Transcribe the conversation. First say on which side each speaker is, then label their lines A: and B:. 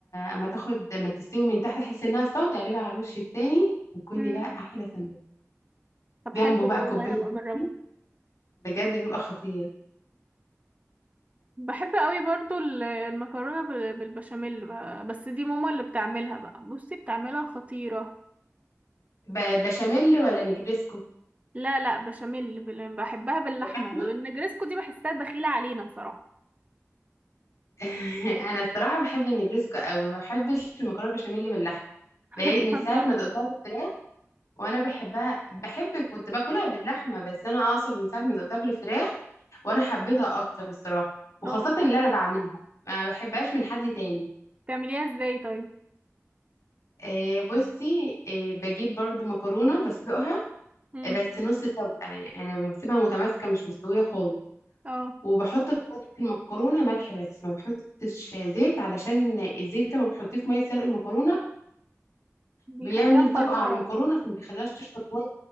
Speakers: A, on the left (about 70°); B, on the right (about 25°).
A: اما تاخد اما تستوي من تحت احس انها استوت اقلبها على الوش التاني وكلي
B: امم
A: بقى احلى سندوتش
B: طب
A: جنبه
B: حلو ده
A: بقى كوبايه
B: والله هبقى
A: بيبسي
B: اجربه
A: بجد بيبقى خطير
B: بحب قوي برضو ال- المكرونه بال- بالبشاميل بقى. بس دي ماما اللي بتعملها بقى بصي بتعملها خطيره
A: ب- بشاميل ولا نجريسكو
B: لا لا بشاميل بال- بحبها باللحمه
A: باللحمه
B: النجرسكو دي بحسها دخيله علينا بصراحه
A: <laughs> انا الصراحه بحب النجريسكو قوي ما بحبش المكرونه بشاميل باللحمه بقى-
B: <laughs>
A: من
B: بتهزري
A: ساعه ما دقتها بالفراخ وانا بحبها بحب كنت باكلها باللحمه بس انا اقصد من ساعه ما دقتها بالفراخ وانا حبيتها اكتر الصراحه وخاصه
B: اه
A: اللي انا بعملها ما بحبهاش من حد تاني
B: بتعمليها ازاي طيب
A: آه بصي آه بجيب برضو مكرونه بسلقها
B: امم
A: آه، بس نص سلقه يعني بسيبها متماسكه مش مستويه خالص
B: اه
A: وبحط في وسط المكرونه ملح بس ما بحطش زيت علشان الزيت لما بتحطيه في ميه سلق المكرونه
B: بيخليها
A: بيعمل
B: مفرفره
A: طبقه على المكرونه فما بيخليهاش تشرب كويس